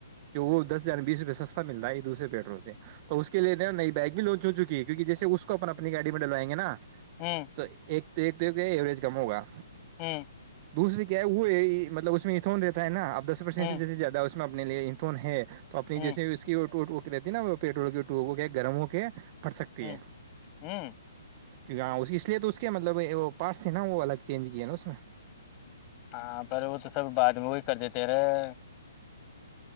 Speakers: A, on the right; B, on the left.
A: جو وہ دس ار بیس روپئے سستا م رہا ہے دوسرے پیٹرو سے تو اس کے لیے نا نئی بیگ بھی لانچ ہو چکی ہے کیونک جیسے اس کو اپنی گاڑی میں ڈلوائ گے نا
B: ہوں
A: تو ایک ایک یہ ایوریج کم ہوگا
B: ہوں
A: دوسریے کیا ہے وہ مطلب اس میں اتون رہتا ہے نا اب دس پرسنٹ
B: ہوں
A: سے زیادہ اس میں نے لیے انتون ہے تو اپنی
B: ہوں
A: جیسے اس کی رہتی ہے نا وہ پیٹرول کے ٹو ہو کے گرم ہو کے پڑھ سکتی
B: ہوں
A: ہے
B: ہوں
A: کہ گاؤ اس لیے تو اس کے مطلب وہ پارٹس ہیں نا وہ الگ چینج کیاے نا اس میں
B: ہاں پر وہ تو سب بعد میں وہی کر دیتے رہے